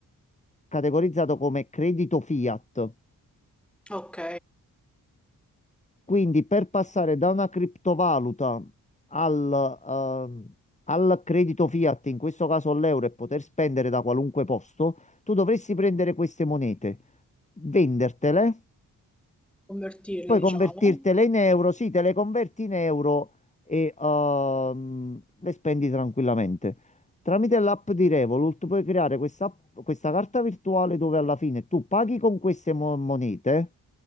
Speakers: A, on the left; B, in the centre.
A: categorizzato come credito fiat.
B: ok.
A: Quindi per passare da una criptovaluta al, ehm, al credito fiat, in questo caso l'euro, e poter spendere da qualunque posto, tu dovresti prendere queste monete, vendertele
B: Convertire,
A: Puoi
B: diciamo.
A: convertirtele in euro, sì, te le converti in euro e ehm, le spendi tranquillamente. Tramite l'app di Revolut puoi creare questa, questa carta virtuale dove alla fine tu paghi con queste mo- monete